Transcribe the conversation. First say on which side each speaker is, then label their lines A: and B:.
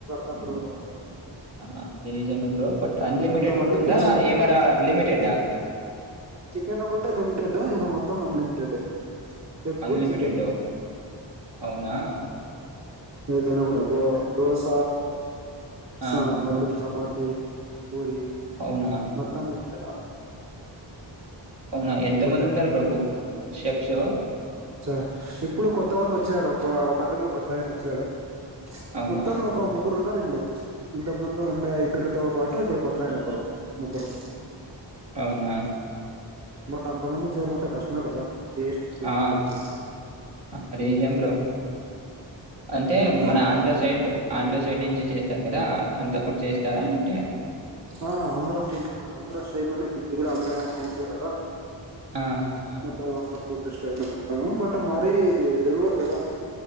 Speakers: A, on the right; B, on the right.
A: తంట ర ఉంట
B: ఆ ఏ జం ఎ బ్రో బట్ అన్లిమిటెడ్ ఫుడ్
A: మందికి
B: ఉందా
A: చేయాలి
B: ఎంర్ లిమిటెడ్డా
A: చికెనోకటిే లిమిటెడ్ ఇంకా మొత్తం అన్లిమిటెడ్ ఎగ్గు
B: అన్లిమిటెడ్
A: చికెన్
B: అవునా
A: ఏదైన కూడా దో దోస
B: ఆ!
A: స మళ్ళీ చపా ఇ కురి
B: అవునా?
A: మొత్తం ఇంట
B: అవునా ఎంతమంది
A: బట్
B: ఉన్నారుబ్రోకు శఫ్ శవ
A: చా ఇప్పుడు కొత్త వాలోచ్చారు ఒక ఒక అతను కొత్తయిన వచ్చేారు
B: అవునా?
A: మొత్తం ముఖం ముగ్గురున్నయి ఇడు ఇంతకు ముందు ఉండే ఇద్దరి తో పాటు ఇప్పుడు కొత్తాయిన ఒకరు ముగ్గురు
B: అవునా
A: వాటంతా మంది చెలంటే కష్టమే కదా టేస్ట్
B: ఆ
A: కొంచెం
B: అది నిజం బ్రో అంటే
A: ఇప్పుడు
B: మన ఆంధ్ర సెడ్ ఆంధ్ర సెడ్ నుంచి చేస్త ారు కదా అంతఃపుడు చేస్తారంటే
A: ఆ ఆంధ్ర ఫుడ్ ఆంధ్ర స్టైలో నే బిజ కూడా ఆంధ్ర అందర్ కదా
B: ఆహాా
A: మొత్తం ఆంధ్ర ఫుడ్ స్టైల్ ఇ మ బట్ మరి ఇది బెంగళూర్ కదా